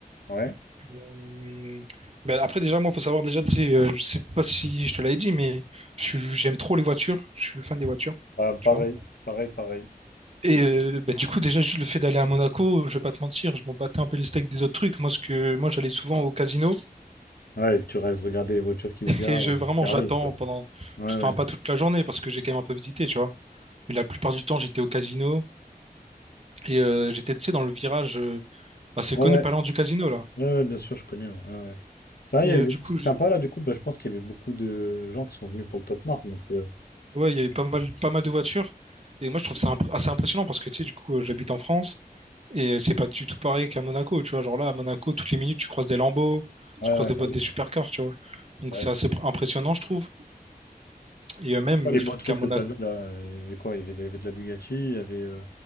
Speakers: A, on the left; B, on the right.
A: Ouais,
B: Hum, ben après, déjà, moi, faut savoir, déjà, tu sais, euh, je sais pas si je te l'avais dit, mais je suis- j'aime trop les voitures. Je suis fan des voitures,
A: Bah, pareil,
B: tu vois.
A: pareil, pareil.
B: Et euh, ben, du coup, déjà, juste le fait d'aller à Monaco, je vais pas te mentir, je m'en battais un peu les steaks des autres trucs. Moi, ce que, moi, j'allais souvent au casino
A: Ouais, tu restes regarder les voitures qui se garent,
B: et je,
A: euh,
B: vraiment,
A: qui arrivent,
B: j'attends
A: quoi.
B: pendant,
A: Ouais,
B: enfin,
A: ouais.
B: pas toute la journée parce que j'ai quand même un peu visité, tu vois. Mais la plupart du temps, j'étais au casino et euh, j'étais, tu sais, dans le virage euh, assez
A: Ouais,
B: connu,
A: ouais,
B: parlant du casino, là.
A: Ouais, ouais, bien sûr, je connais, ouais, ouais, ouais. Ça,
B: Et
A: il y avait
B: euh, du
A: des
B: coup,
A: trucs
B: je-
A: sympas là, du coup, bah, je pense qu'il y avait beaucoup de gens qui sont venus pour le Top Mark, donc euh,
B: Ouais, il y avait pas mal, pas mal de voitures. Et moi, je trouve ça imp- assez impressionnant parce que, tu sais, du coup, euh, j'habite en France et euh, c'est pas du tout pareil qu'à Monaco, tu vois. Genre là, à Monaco, toutes les minutes, tu croises des Lambo,
A: ouais,
B: tu croises
A: ouais,
B: des
A: bah
B: boîtes
A: oui.
B: des supercars, tu vois. Donc,
A: Bah,
B: c'est
A: c'est
B: assez pr- impressionnant, je trouve. Et euh, même,
A: quoi les
B: je
A: beaux
B: trouve
A: trucs
B: qu'à Monaco,
A: que t'avais là? Il y avait quoi? Il y avait, des- il y avait de la Bugatti, il y avait. euh,